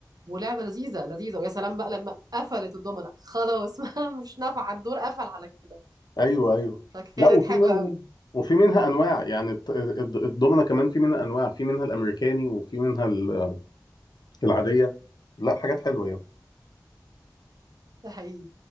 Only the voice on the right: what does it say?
ولعبه لذيذه لذيذه ويا سلام بقى لما قفلت الدومنه خلاص <laughs> مش نافعه الدور قفل على كده
فكانت
حلوه
قوي
ده حقيقي